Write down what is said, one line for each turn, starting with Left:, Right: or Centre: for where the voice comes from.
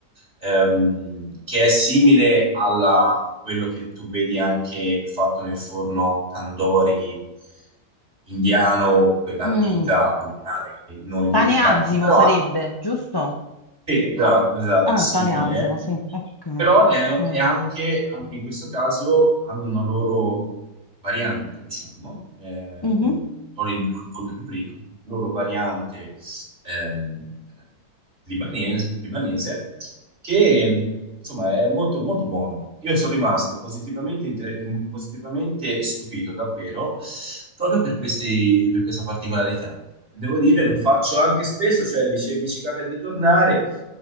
Right: ehm, che è simile alla- a quello che tu vedi anche fatto nel forno tandoori indiano, quella
Left: Mm.
Right: pita, quel pane non lievitato,
Left: Pane Azzimo
Right: però
Left: sarebbe, giusto?
Right: sì, esatto, esatto,
Left: Ah,
Right: simile,
Left: pane Azzimo, sì. Ok,
Right: però è,
Left: ok.
Right: è anche, anche in questo caso hanno una loro variante, diciamo, ehm,
Left: Mhm.
Right: loro il molto più ricco, una loro variante ehm, eh, libanese, libanese, che insomma è molto, molto buono. Io sono rimasto positivamente, inter- positivamente stupito, davvero, proprio per questi- per questa particolarità. Devo dire, lo faccio anche spesso, cioè mi, ci mi ci capita di tornare.